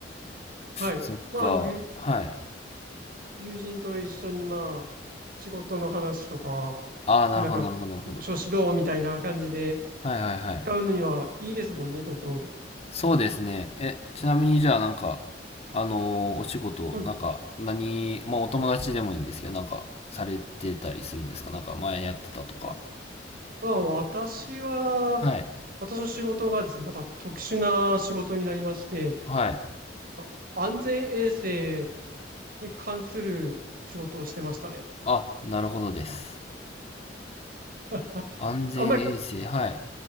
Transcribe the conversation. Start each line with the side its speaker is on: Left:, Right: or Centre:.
Right: はい。
Left: そっか。
Right: まあ、友
Left: はい。
Right: 友人と一緒に、まあ、仕事の話とか、
Left: ああ、なるほどなるほどなるほど。
Right: なんか、調子どうみたいな感じで
Left: はいはいはい。
Right: 使うのにはいいですもんね、ドトール。
Left: そうですね。え、ちなみにじゃあなんか、あのーお仕事、
Right: はい。
Left: なんか、何、まあお友達でもいいんですけど、なんか、されてたりするんですかなんか前やってたとか。
Right: まあ、まあ、私は、
Left: はい。
Right: 私の仕事がですね、また特殊な仕事になりまして、
Left: はい。
Right: あ安全衛生に関する仕事をしてましたね。
Left: あ、なるほどです。
Right: あ、
Left: 安全衛生、
Right: あんまり
Left: はい。